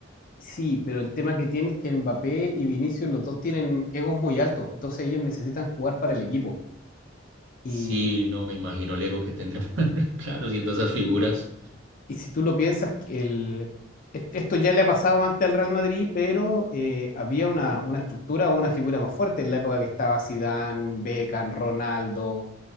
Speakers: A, on the left; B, on the right.
A: Sí, pero el tema que tiene es que Mbappé y Vinicius, los dos tienen egos muy altos, entonces ellos necesitan jugar para el equipo. Y,
B: Sí, no, me imagino el ego que tendrá. <laughs> Claro, siendo esas figuras.
A: y si tú lo piensas, que el, est- esto ya le ha pasado antes al Real Madrid, pero eh, había una, una estructura o una figura más fuerte en la época que estaba Zidane, Beckham, Ronaldo,